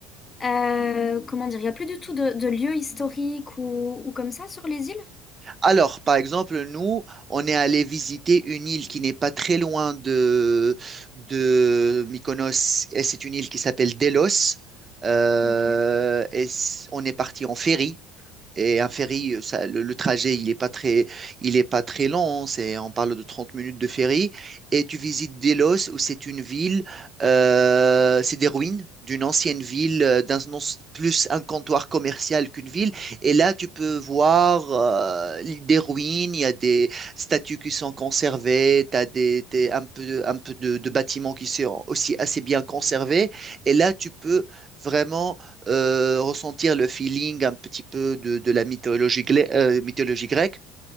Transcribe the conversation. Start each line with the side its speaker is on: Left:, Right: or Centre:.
Left: euh, comment dire, il n'y a plus du tout de, de lieux historiques ou, ou comme ça sur les îles?
Right: Alors, par exemple, nous, on est allé visiter une île qui n'est pas très loin de, de Mykonos, et c'est une île qui s'appelle Delos. Euh,
Left: Ok.
Right: et c- on est parti en ferry. Et un ferry, euh, ça, le, le trajet, il n'est pas très, il est pas très long. hein. C'est, on parle de 30 minutes de ferry. Et tu visites Delos, où c'est une ville, euh, c'est des ruines d'une ancienne ville, euh, d'un, non, c'est plus un comptoir commercial qu'une ville. Et là, tu peux voir euh, des ruines, il y a des statues qui sont conservées, tu as des, des- un peu, un peu de, de bâtiments qui sont aussi assez bien conservés. Et là, tu peux vraiment euh, ressentir le feeling un petit peu de, de la mythologie, glai- euh, mythologie grecque,